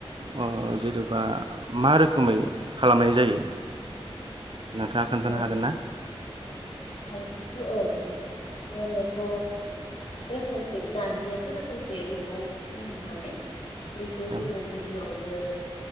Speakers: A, on the right; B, on the left.
A: ओ जेनेबा मा रोखोमै खालामनाय जायो? नोंथाङा खोन्थानो
B: औ
A: हागोन ना?
B: नारजिखौ ओं जोङोथ' रोखोमसे नारजियाथ' रोखोमसे मैगं बुंङो नालाय बेखौ
A: औ
B: जोङो गिबियावनो